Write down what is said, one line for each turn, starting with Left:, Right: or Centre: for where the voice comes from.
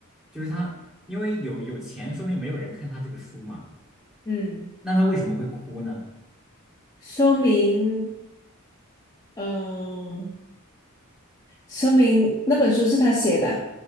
Centre: 就是他因为有有钱，说明没有人看他这个书嘛，
Left: <laughs> 嗯。
Centre: 那他为什么会哭呢？
Left: 说明，嗯、说明那本书是他写的，